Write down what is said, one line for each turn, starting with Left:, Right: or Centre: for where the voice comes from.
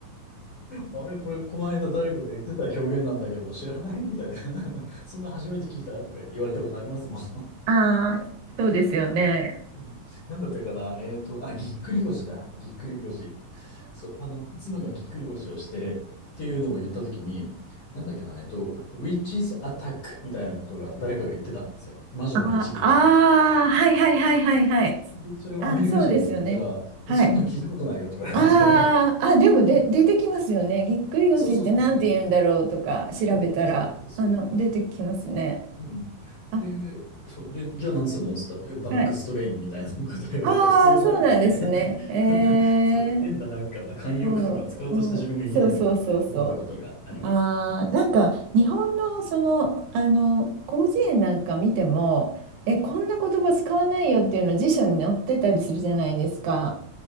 Left: あれ、これ、この間誰かが言ってた表現なんだけど、知らないみたいな。<laughs> そんな初めて聞いたとか言って言われたことありますもん。
Right: あーそうですよね。
Left: うん、なんだったかなえっと、あ、ぎっくり腰だ。ぎっくり腰。そう、あの、妻がぎっくり腰をして、っていうのを言ったときに、なんだっけな、えっと、Witch's Attack みたいなことが誰かが言ってたんですよ。魔女の一撃みたいな。
Right: ああー、はいはいはいはいはい。
Left: で、それをアメリカ人に言ったら、
Right: あー、そうですよね。はい。
Left: あ、そんなん聞いたことないよって言われて。
Right: あーあ、でもで、
Left: <laughs> え、
Right: 出てきますよね。ぎっくり腰ってなんて言うんだろうとか調べたら、
Left: そうそうそうそうそうそう。そうそうそう。
Right: あの、出てきますね。
Left: うん。
Right: あ、
Left: で、そう、で、じゃあ何するのっつったら、え、バックストレインみたいなこと言われて、
Right: はい。ああ、
Left: 普通じゃんみたいな。
Right: そうなんですね。え
Left: <laughs> そうか、変ななんか慣用句とか使おうとした自分がいけないのかって思ったことがあります。
Right: ー、うん、うん、そうそうそうそう。あーなんか日本のその、あの広辞苑なんか見てもえこんな言葉使わないよっていうの辞書に載ってたりするじゃないですか。
Left: うん